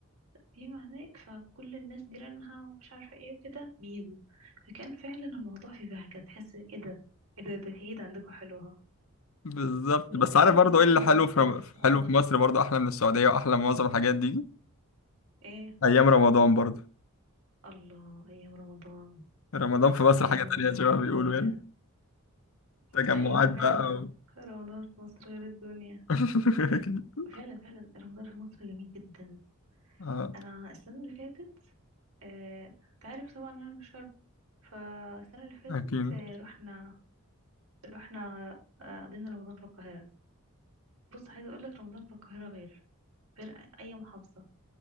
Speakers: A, on the right; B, on the left.
A: قديمة هناك فكل الناس جيرانها ومش عارفة ايه وكده بيجوا فكان فعلا الموضوع في بهجة تحس ايه ده ايه ده ده في عيد عندكم حلوة اهو
B: بالظبط
A: دلوقتي
B: بس عارف برضه
A: دلوقتي
B: ايه اللي
A: الموضوع
B: حلو
A: اختلف
B: في رم...
A: اه
B: حلو في مصر برضه احلى من السعودية واحلى من معظم الحاجات دي
A: ايه
B: ايام رمضان برضه
A: الله ايام رمضان
B: رمضان في مصر
A: ايام
B: حاجة
A: رمضان
B: تانية زي
A: جميلة
B: ما بيقولوا يعني تجمعات
A: ايوه فعلا
B: بقى و...
A: رمضان في مصر غير الدنيا
B: <laughs>
A: فعلا فعلا رمضان في مصر جميل جدا
B: اه
A: انا السنة اللي فاتت آه، تعرف طبعا انا مش شرم فالسنه اللي فاتت
B: اكيد
A: آه، رحنا رحنا آه، قضينا رمضان في القاهره بص عايزه اقول لك رمضان في القاهره غير غير اي محافظه